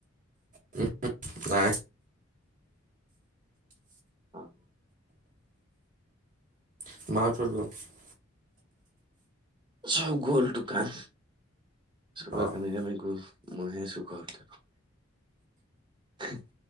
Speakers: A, on the right; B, on the right.
A: <unintelligible> নাই।
B: অঁ
A: <unintelligible>
B: চব গ'ল দোকান। চবে
A: অ'।
B: কামে-কামে গল। মইহে আছো ঘৰত। <unintelligible>